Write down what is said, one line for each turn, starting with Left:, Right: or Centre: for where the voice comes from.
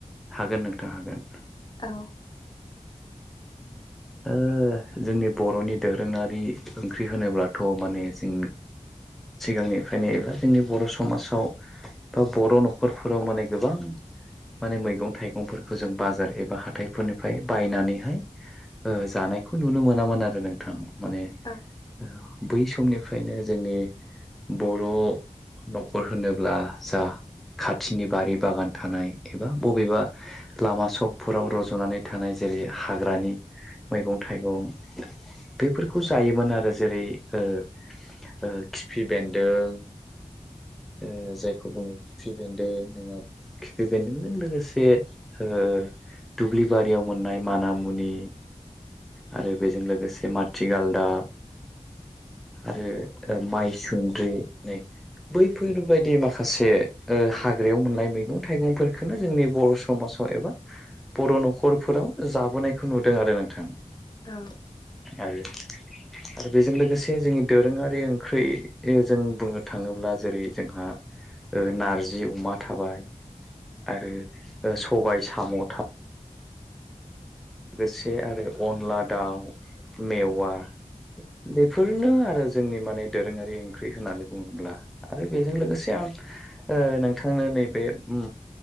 Centre: हागोन नोंथां हागोन
Left: औ
Centre: ओ जोंनि बर'नि दोरोङारि ओंख्रि होनोब्लाथ' माने जों सिगांनिफ्रायनो एबा जोंनि बर' समाजाव बा बर' न'खरफोराव माने गोबां
Left: <unintelligible>
Centre: माने मैगं थाइगंफोरखौ जों बाजार एबा हाथाइफोरनिफ्राय बायनानैहाय जानायखौ नुनो मोनामोन आरो नोंथां माने
Left: औ
Centre: ओ बै समनिफ्रायनो जोंनि बर' न'खर होनोब्ला जा खाथिनि बारि बागान थानाय एबा बबेबा लामा सकफोराव रज'नानै थानाय जेरै हाग्रानि मैगं थाइगं बेफोरखौ जायोमोन आरो जेरै ओ ओ खिफि बेन्दों ओ जायखौ बुङो खिफि बेन्दों नोङा बे बेन्दोंजों लोगोसे ओ दुब्लि बारियाव मोननाय मानामुनि आरो बेजों लोगोसे माथि गालदाब आरो माइ सुन्द्रि नै बैफोरबायायदि माखासे ओ हाग्रायाव मोननाय मैगं थाइगंफोरखोनो जोंनि बर' समाजाव एबा बर' न'खरफोराव जाबोनायखौ नुदों आरो नों नोंथां।
Left: औ
Centre: आरो आरो बेजों लोगोसे जोंनि दोरोङारि ओंख्रै ओ जों बुंनो थाङोब्ला जेरै जोंहा ओ नारजि अमा थाबाय आरो ओ सबाय साम' थाब लोगोसे आरो अनला दाउ मेवा बेफोरनो आरो जोंनि माने दोरोङारि ओंख्रि होननानै बुङोब्ला आरो बेजों लोगोसे आं ओ नोंथांनो नैबे उम